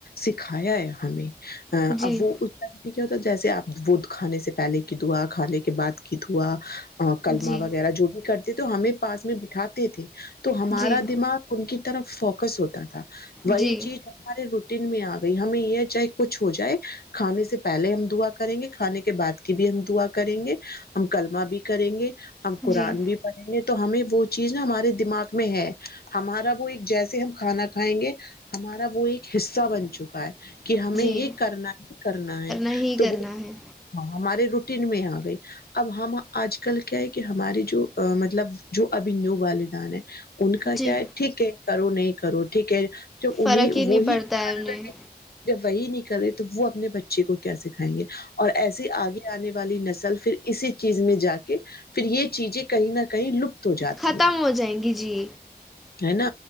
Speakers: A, on the left (about 65°); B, in the centre.
A: سکھایا ہے ہمیں
B: جی
A: اب وہ اس طرح سے کیا ہوتا ہے جیسے آپ وہ کھانے سے پہلے کی دھوا کھانے کے بعد کی دھوا کلما
B: جی
A: وغیرہ جو بھی کرتے تو ہمیں پاس میں بٹھا تھی تو ہمارا
B: جی
A: دماغ ان کی طرف ف کس ہوتا تھا وہی
B: جی
A: چیز ہماری ر میں آ گئی ہمیں یہ چاہے کچھ ہو جائے کھانے سے پہلے ہم دعا کریں گے کھانے کے بعد کی بھی ہم دعا کریں گے ہم کلملما بھی کریں گے ہم قرن
B: جی
A: بھی پڑھیں گے تو ہمیں وہ چیز نا ہمارے دماغ میں ہے ہمارا وہ ایک جیسے ہم کھانا کھائیں گے ہمارا وہ ایک حصہ بن چکا ہے کہ ہمیں
B: جی
A: یہ کرنا کرنا ہے
B: ہی
A: تو
B: کرنا
A: وہاں
B: ہے
A: ہمارے ر تن میں آ گئی اب ہم آج کل کیا ہے کہ ہمارے جو مطلب جو ابنو والدان ہے ان کا
B: جی
A: کیا ہے ٹھیک ہے کرو نہیں کرو ٹھیک ہے جو
B: فرق
A: انہیں وہ ہی
B: پڑتا
A: نہیں
B: ہے
A: کر
B: انہیں
A: رہے وہی نہیں کرے تو وہ اپنے بچے کو کیا سکھائیں گے اور ایسی آگے آنے والی نسل پھر اسی چیز میں جا کے پھر یہ چیزیں کہیں نہ کہیں لپت ہو جاتی
B: ختم
A: ہیں
B: ہو جائیں گی جی
A: ہے نا